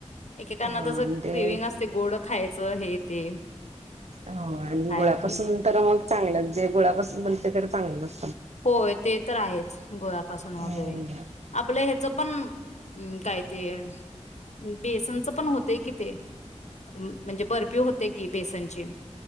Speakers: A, on the left (about 70°); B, on the right (about 65°).
A: एकेकांना
B: हा
A: तस
B: ते
A: क्रेविंग असतय गोड खायचं. च हे ते
B: हो आणि
A: हाय
B: गुळापासून
A: ते
B: तर मग चांगलंच जे गुळापासून बणते तर चांगलंच असत.
A: होय ते तर आहेच. गुळापासून वगैरे
B: हम्म
A: आपलं ह्याच पण हम् काय ते बेसनच पण होतंय की ते. म्हणजे बर्फ बर्फी होते की बेसनची